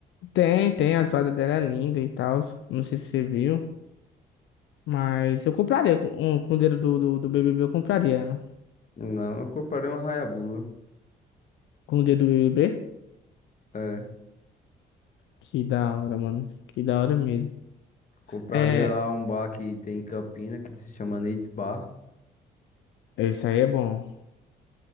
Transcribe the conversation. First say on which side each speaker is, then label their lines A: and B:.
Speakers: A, on the left; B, on the left.
A: Tem, tem, a zoada dela é linda e tal. Não sei se você viu. Mas eu compraria com, um- com o dedo do, do, do BBB, eu compraria ela.
B: Não, eu compraria uma Hayabusa.
A: Com o dedo do BBB?
B: É.
A: Que da hora, mano. Que da hora mesmo.
B: Compraria
A: É,
B: lá um bar que tem em Campina que se chama Needs Bar.
A: isso aí é bom.